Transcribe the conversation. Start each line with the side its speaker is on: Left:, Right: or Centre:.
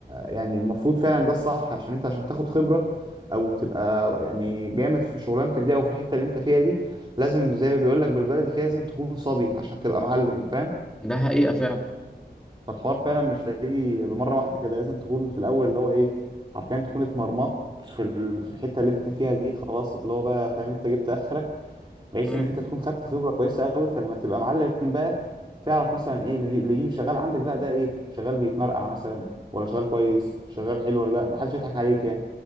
Right: يعني المفروض فعلا ده الصح عشان انت عشان تاخد خبرة او تبقى يعني جامد في شغلانتك دي او في الحتة اللي انت فيها دي لازم زي ما بيقول لك بالبلدي كده لازم تكون صبي عشان تبقى معلم فاهم
Centre: ده حقيقة فعلا
Right: فالحوار فعلا مش هيجي بمرة واحدة كده لازم تكون في الأول اللي هو إيه حرفيا تكون اتمرمطت في ال- في الحتة اللي أنت فيها دي خلاص اللي هو بقى فاهم أنت جبت آخرك بحيث
Centre: مم.
Right: إن أنت تكون خدت خبرة كويسة أوي فلما تبقى معلم بقى تعرف مثلا إيه اللي اللي شغال عندك بقى ده إيه شغال بيتمرقع مثلا ولا شغال كويس شغال حلو ولا لأ محدش يضحك عليك يعني